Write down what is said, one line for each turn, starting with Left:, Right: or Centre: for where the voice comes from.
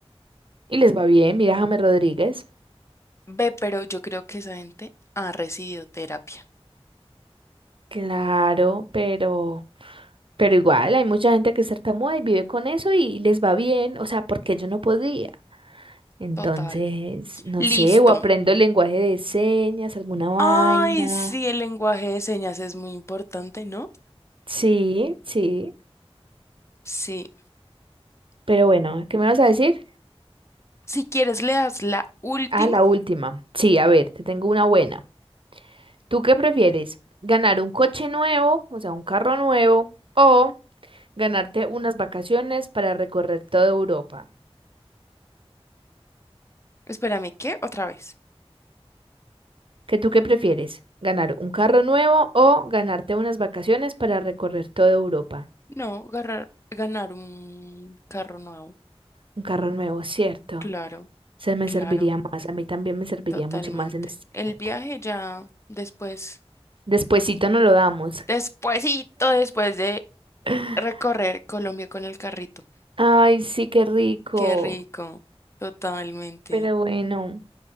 Right: y les va bien. Mira a James Rodríguez.
Left: Ve, pero yo creo que esa gente ha recibido terapia.
Right: Claro, pero, pero igual hay mucha gente que es tartamuda y vive con eso y les va bien. O sea, porque yo no podría. Entonces,
Left: Total.
Right: no
Left: Listo.
Right: sé, o aprendo el lenguaje de señas, alguna vaina.
Left: Ay, sí, el lenguaje de señas es muy importante, ¿no?
Right: Sí, sí.
Left: Sí.
Right: Pero bueno, ¿qué me vas a decir?
Left: Si quieres, le das la última.
Right: Ah, la última. Sí, a ver, te tengo una buena. ¿Tú qué prefieres? ¿Ganar un coche nuevo, o sea, un carro nuevo, o ganarte unas vacaciones para recorrer toda Europa?
Left: Espérame, ¿qué? Otra vez.
Right: ¿Qué tú qué prefieres? ¿Ganar un carro nuevo o ganarte unas vacaciones para recorrer toda Europa?
Left: No, garra- ganar un carro nuevo.
Right: Un carro nuevo, cierto.
Left: Claro,
Right: Se me
Left: claro,
Right: serviría más, a mí también me serviría
Left: totalmente.
Right: mucho más en este
Left: El
Right: momento.
Left: viaje ya después.
Right: Despuesito nos lo damos.
Left: Despuésito, después de
Right: <laughs>
Left: recorrer Colombia con el carrito.
Right: Ay, sí, qué rico.
Left: Qué rico, totalmente.
Right: Pero bueno,